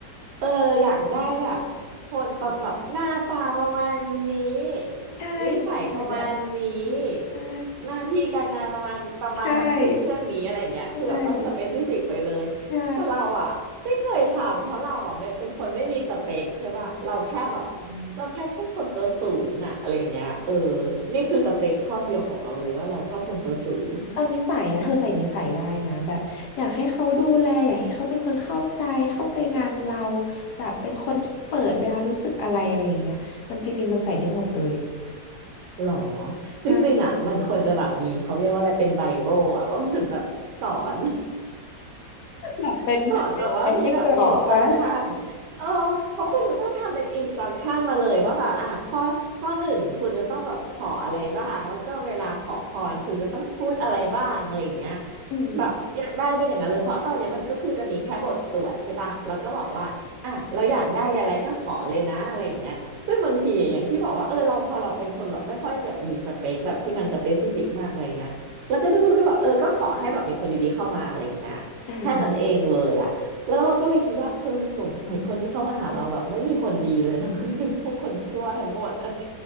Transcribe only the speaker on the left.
<laughs> ใช่ใช่นิสัยแบบ
นี้ใช่
ใช่ใช่ใช่อ๋อ
เอานิสัยอะเธอใส่นิสัยได้นะแบบอยากให้เขาดูแลอยากให้เขาเป็นคนเข้าใจเข้าใจงานเราแบบเป็นคนที่เปิดเวลารู้สึกอะไรอะไรอย่างเงี้ยมันจริงๆมันใส่ได้หมดเลย
<laughs> ค่ะ
แบบเป็นเป็นอะไรให้กรอกนะ
อืม
ได้